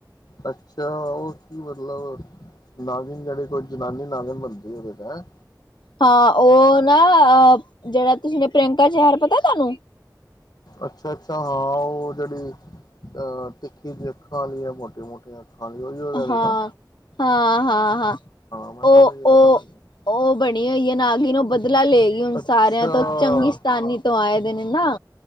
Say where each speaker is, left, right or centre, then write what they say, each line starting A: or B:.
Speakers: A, on the left; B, on the left.
A: ਅੱਛਾ ਉਹ ਕੀ ਮਤਲਬ ਨਾਗਿਨ ਜਿਹੜੇ ਕੋਈ ਜਨਾਨੀ ਨਾਗਿਨ ਬਣਦੀ ਉਹਦੇ ਵਿੱਚ ਹੈ?
B: ਹਾਂ ਉਹ ਨਾ ਅ ਜਿਹੜਾ ਤੁਸੀਂ ਨੇ ਪ੍ਰਿਯੰਕਾ ਚੇਹਰ ਪਤਾ ਤੁਹਾਨੂੰ?
A: ਅੱਛਾ ਅੱਛਾ ਹਾਂ ਉਹ ਜਿਹੜੀ ਅਹ ਤਿੱਖੀ ਜੀ ਅੱਖਾਂ ਵਾਲੀ ਹੈ ਮੋਟੀਆਂ ਮੋਟੀਆਂ। ਅੱਖਾਂ ਵਾਲੀ ਉਹੀ ਉਹ ਕਹਿ ਰਹੇ
B: ਹਾਂ
A: ਨਾ
B: ਹਾਂ ਹਾਂ ਹਾਂ
A: ਮੈਂ
B: ਉਹ
A: ਸਮਝ ਗਿਆ ਸਮਝ
B: ਉਹ
A: ਗਿਆ
B: ਉਹ ਬਣੀ ਹੋਈ ਹੈ ਨਾਗਿਣ ਓਹ ਬਦਲਾ ਲਏਗੀਈ ਹੁਣ
A: ਅੱਛਾ
B: ਸਾਰਿਆਂ ਤੋਂ ਚੰਗੀ ਸਤਾਨੀ ਤੋਂ ਆਏ <unintelligible> ਨਾ।